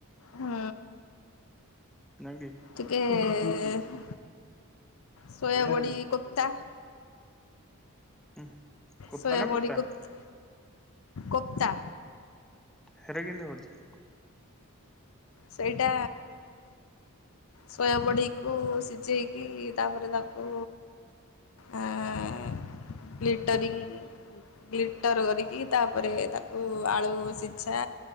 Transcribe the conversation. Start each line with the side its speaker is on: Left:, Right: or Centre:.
Left: ହୁଁ।
Centre: ନାଇଁ କି
Left: ଟିକେ କେ ସୋୟାବଡ଼ି କୋପତା।
Centre: ହୁଁ କୁର୍ତ୍ତା
Left: ସୋୟାବଡ଼ି
Centre: ନା କୁର୍ତ୍ତା
Left: କୋପ କୋପତା।
Centre: ହେରା କେନ୍ତି ହଉଛି?
Left: ସେଇଟା ସୋୟାବଡିକୁ ସିଝେଇକି ତାପରେ ତାକୁ ଆଁ ଗିଲ୍ ଟରିଙ୍ଗ୍ ଗିଲ୍ ଟର କରିକି ତାପରେ ତାକୁ ଆଳୁ ସିଝା